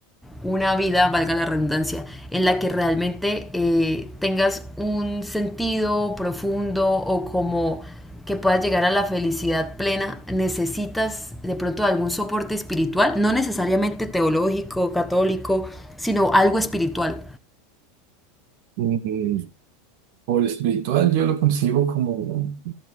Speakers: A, in the centre; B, on the right.
A: una vida, valga la redundancia, en la que realmente eh, tengas un sentido profundo o como que puedas llegar a la felicidad plena, necesitas de pronto algún soporte espiritual, no necesariamente teológico, católico, sino algo espiritual.
B: Mm, Por espiritual yo lo concibo como,